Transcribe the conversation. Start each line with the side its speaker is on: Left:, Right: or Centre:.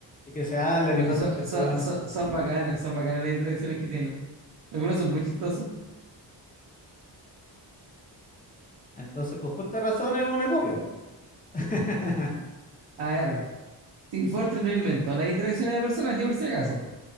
Left: y que se hablan
Right: Igual-
Left: y pasan
Right: y son,
Left: cuestiones.
Right: son, son- son bacanas, son bacanas las interacciones que tienen. Algunas son muy chistosas.
Left: Entonces, con justa razón es una copia. <laughs>
Right: A ver, Team Fortress no inventó las interacciones de personajes por si acaso.